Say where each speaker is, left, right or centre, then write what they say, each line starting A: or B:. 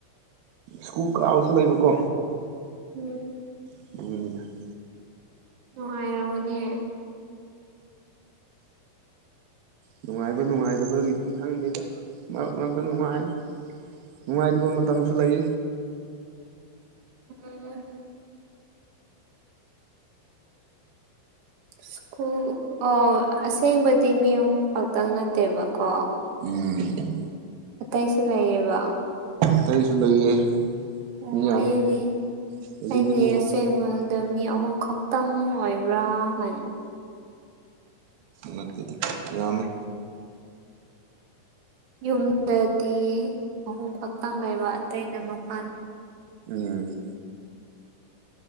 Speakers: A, on the right; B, on the right.
A: ꯁ꯭ꯀꯨꯜ ꯀꯥꯎꯁꯨ ꯂꯩꯕ ꯀꯣ
B: ꯎꯝ
A: <inaudible>
B: ꯅꯨꯡꯉꯥꯏꯔꯝꯒꯅꯦ <inaudible> <unintelligible>
A: ꯅꯨꯡꯉꯥꯏꯕ ꯅꯨꯡꯉꯥꯏꯇꯕꯒꯤꯗꯤ ꯈꯪꯗꯦꯗ ꯃꯔꯛ ꯉꯛꯇ ꯅꯨꯡꯉꯥꯏ ꯅꯨꯡꯉꯥꯏꯇꯕ ꯃꯇꯝꯁꯨ ꯂꯩ
B: ꯎꯝ ꯁ꯭ꯀꯨꯜ ꯑꯣ ꯑꯁꯦꯡꯕꯗꯤ ꯃꯤ ꯑꯍꯨꯝ ꯈꯛꯇꯪ ꯅꯠꯇꯦꯕꯀꯣ
A: ꯎꯝ
B: ꯑꯇꯩꯁꯨ ꯂꯩꯌꯦꯕ
A: ꯑꯇꯩꯁꯨ ꯂꯩꯌꯦ
B: ꯑꯣ
A: ꯃꯤ ꯌꯥꯝꯃꯦ
B: ꯑꯩꯗꯤ
A: ꯍꯧꯖꯤꯛꯇꯤ
B: ꯑꯩꯗꯤ
A: ꯃꯤ ꯑꯍꯨꯝ
B: ꯑꯁꯦꯡꯕ ꯑꯗ ꯃꯤ ꯑꯍꯨꯝ ꯈꯛꯇꯪ ꯑꯣꯏꯕ꯭ꯔꯥ ꯍꯥꯏ
A: ꯅꯠꯇꯦꯗ ꯌꯥꯝꯃꯦ
B: ꯌꯨꯝꯗꯗꯤ ꯑꯍꯨꯡ ꯈꯛꯇꯥꯡ ꯂꯩꯕ ꯑꯇꯩꯅ ꯃꯄꯥꯟ
A: ꯎꯝ